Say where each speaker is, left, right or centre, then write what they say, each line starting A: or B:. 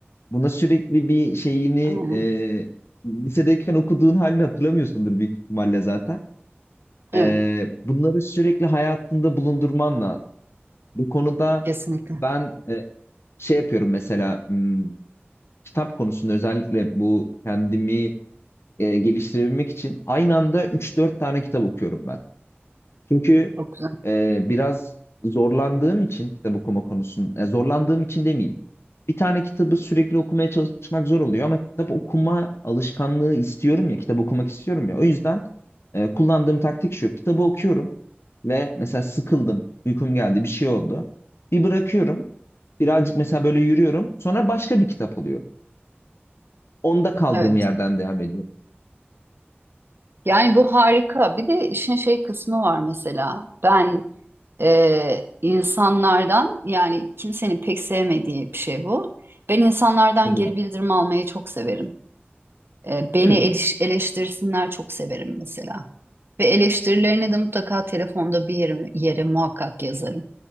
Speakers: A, on the left; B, on the right.
A: Buna sürekli bir şeyini
B: Aynen.
A: e, lisedeyken okuduğun halini hatırlamıyorsundur büyük ihtimalle zaten.
B: Evet.
A: E, bunları sürekli hayatında bulundurman lazım. Bu konuda
B: Kesinlikle.
A: ben e, şey yapıyorum mesela m, kitap konusunda özellikle bu kendimi e, geliştirebilmek için aynı anda üç dört tane kitap okuyorum ben. Çünkü
B: Çok güzel.
A: e, biraz zorlandığım için kitap okuma konusunda, e, zorlandığım için demeyeyim. Bir tane kitabı sürekli okumaya çalışmak zor oluyor ama kitap okuma alışkanlığı istiyorum ya, kitap okumak istiyorum ya. O yüzden e, kullandığım taktik şu, kitabı okuyorum ve mesela sıkıldım, uykum geldi, bir şey oldu. Bir bırakıyorum, birazcık mesela böyle yürüyorum, sonra başka bir kitap alıyorum. Onda kaldığım
B: Evet.
A: yerden devam ediyorum.
B: Yani bu harika. Bir de işin şey kısmı var mesela. Ben e, insanlardan yani kimsenin pek sevmediği bir şey bu. Ben insanlardan
A: Hı hı.
B: geri bildirim almayı çok severim. E, beni
A: Hı hı.
B: eliş- eleştirsinler çok severim mesela. Ve eleştirilerini de mutlaka telefonda bir yere, yere muhakkak yazarım.